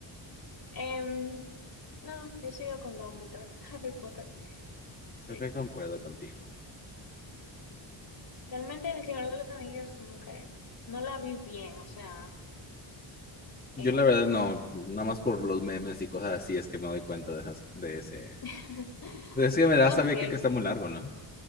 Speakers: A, on the left; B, on the left.
A: Em, no, yo sigo con Dumbledore, <laughs> Harry Potter, sí.
B: Creo que concuerdo contigo.
A: Realmente el Señor de los Anillos como que no la vi bien, o sea, eh,
B: Yo la verdad no, nada más por los memes y cosas así es que me doy cuenta de esas, de ese.
A: <laughs>
B: Es que me da
A: Ok,
B: saber que, que está muy largo, ¿no?